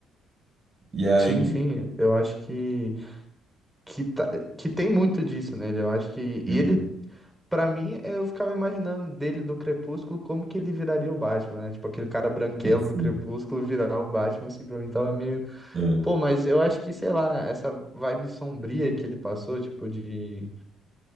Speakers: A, on the right; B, in the centre.
A: E aí.
B: Sim, sim, eu acho que que, tá- que tem muito disso nele. Eu acho que
A: Uhum.
B: e ele Pra mim, eu ficava imaginando dele do Crepúsculo como que ele viraria o Batman, né? Tipo, aquele cara branquelo
A: Sim,
B: do Crepúsculo virar o Batman, assim, pra mim tava meio.
A: é,
B: Pô, mas eu acho que, sei lá, essa vibe sombria que ele passou, tipo, de